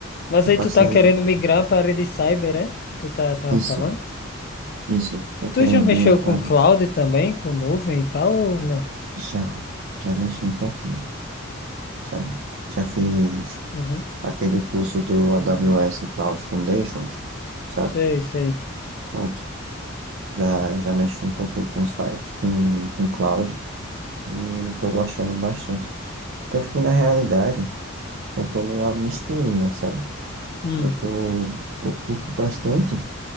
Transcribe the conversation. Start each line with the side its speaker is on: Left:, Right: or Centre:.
Left: Mas
Right: Eu
Left: aí
Right: passei,
Left: tu tá querendo migrar para a área de cyber, é? Que tu tá, tava
Right: isso,
Left: falando.
Right: isso, tô querendo
Left: Tu já mexeu
Right: migrar
Left: com
Right: para área
Left: cloud também, com nuvem e tal, ou não?
Right: Já, já mexi um pouquinho, sabe? Já fiz
Left: Uhum.
Right: aquele curso do AWS Cloud Foundations, sabe?
Left: Sei, sei.
Right: Pronto, já, já mexi um pouquinho com, sci- com, com cloud e tô gostando bastante. Tanto que na realidade eu tô numa misturinha, sabe?
Left: Hum,
Right: Eu tô, eu curto bastante,